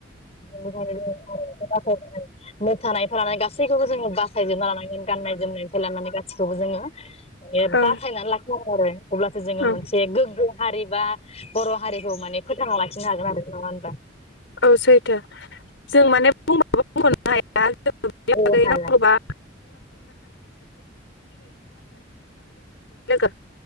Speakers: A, on the left (about 35°); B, on the left (about 75°).
A: बे हारिमुखौ बासाय नांगोन। मोसानायखौ लानानै गासैखौबो जोङो बासायजोबना लानांगोन गाननाय जोमनायनिफ्राय लानानै गासिखौबो जोङो। हायो
B: ओं
A: बासायना ला <unintelligible> आरो अब्लासो जोङो
B: ओं
A: मोनसे गोग्गो हारि बा बर' हारिखौ माने फोथांना लाखिनो हागो गोन आरो नङा होनबा?
B: औ सैथो जों माने बुंबाबो <unintelligible> हाया।
A: औ हागोन
B: <unintelligible> <unintelligible>